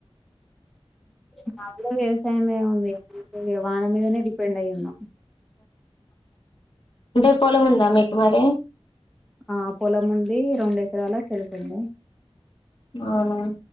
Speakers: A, in the centre; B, on the left.
A: మా గూడ వ్యవసాయమే <unintelligible> వాన మీదనే డిపెండ్ అయి ఉన్నాం
B: అంటే పొలము ఉందా మీకు మరి
A: ఆ పొలం ఉంది రెండు ఎకరాల <unintelligible>
B: ఆవునా